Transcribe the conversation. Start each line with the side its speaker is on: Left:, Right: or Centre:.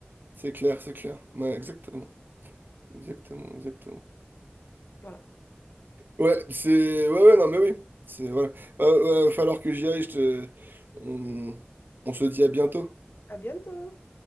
Right: C'est clair, c'est clair. Ouais, exactement. Exactement, exactement.
Left: Voilà.
Right: Ouais, c'est. Ouais, ouais, non, mais oui. C'est. Voilà. Euh, ouais, va falloir que j'y aille. Je te... on... on se dit à bientôt.
Left: À bientôt.